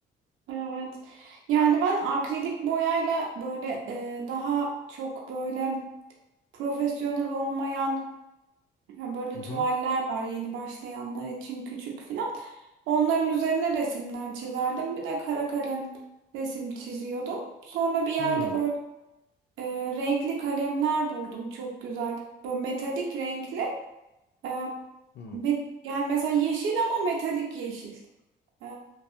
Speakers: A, on the right; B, on the left.
A: Evet. Yani ben akrilik boyayla böyle e, daha çok böyle profesyonel olmayan Ya böyle
B: Hı hı.
A: tuvaller var yeni başlayanlar için küçük filan. Onların üzerine resimler çizerdim. Bir de kara kalem resim çiziyordum. Sonra bir yerde
B: Hı
A: böyle e, renkli kalemler buldum çok güzel. Böyle metalik renkli. E,
B: hı.
A: met- yani mesela yeşil ama metalik yeşil. Ee,